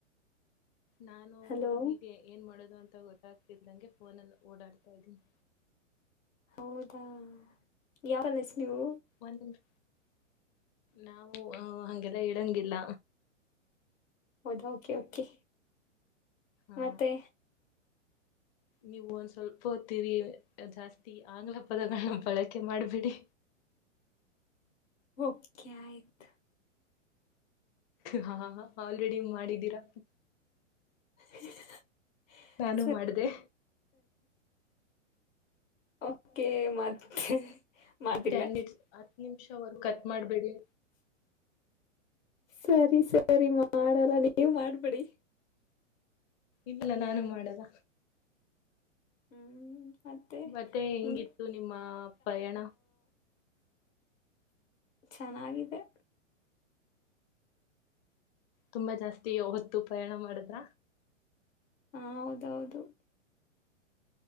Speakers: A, on the left (about 30°); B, on the left (about 80°).
A: ನಾನು
B: ಹಲೋ
A: ಹೀಗೆ ಏನ್ ಮಾಡದು ಅಂತ ಗೊತ್ತಾಗ್ತಿದ್ದಂಗೆ ಫೋನಲ್ಲಿ ಓಡಾಡ್ತಾ ಇದ್ದೀನಿ
B: ಹೌದಾ ಯಾವಲ್ಲ ನೀವು
A: ಒಂದ್ ನಿಮಿಷ ನಾವು ಹಾಗೆಲ್ಲ ಇಡಂಗಿಲ್ಲ
B: ಹೌದ ಓಕೆ ಓಕೆ...
A: ಆ
B: ಮತ್ತೆ
A: ನೀವು ಒಂದ್ ಸ್ವಲ್ಪ ಹೊತ್ತ್ ಇರಿ. ಜಾಸ್ತಿ ಆಂಗ್ಲ ಪದಗಳನ್ನ ಬಳಕೆ ಮಾಡ್ಬಿಡಿ
B: ಓಕೆ ಆಯ್ತು
A: ಹಾ ಆಲ್ರೆಡಿ ಮಾಡಿದ್ದೀರಾ
B: <inaudible>
A: ನಾನು
B: ಸರಿ
A: ಮಾಡ್ದೆ
B: ಓಕೆ ಮತ್ತೆ ಮಾಡಿಲ್ಲ
A: ಇನಾಡಿಬಲ್ ನಿಮಿಷವರ್ ಕಟ್ ಮಾಡ್ಬೇಡಿ
B: ಸರಿ ಸರಿ ಮಾಡಲ್ಲ, ನೀವು ಮಾಡ್ಬಿಡಿ
A: ಇಲ್ಲ ನಾನು ಮಾಡಲ್ಲ
B: ಹ್ಮ್
A: ಮತ್ತೆ ಹೆಂಗಿತ್ತು
B: ನಿಂಗ
A: ನಿಮ್ಮ ಪಯಣ
B: ಇನಾಡಿಬಲ್ ಚೆನ್ನಾಗಿದೆ.
A: ತುಂಬಾ ಜಾಸ್ತಿ ಹೊತ್ತು ಪ್ರಯಾಣ ಮಾಡುದ್ರ.
B: ಹಾ ಹೌದ್ ಹೌದು